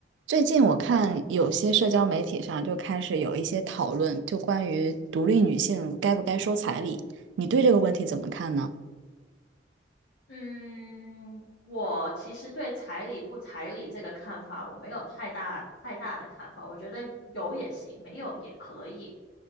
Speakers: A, on the right; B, on the left.
A: 最近我看有些社交媒体上就开始有一些讨论，就关于独立女性该不该收彩礼，你对这个问题怎么看呢？
B: 嗯，我其实对彩礼不彩礼这个看法，我没有太大太大的看法。我觉得有也行，没有也可以，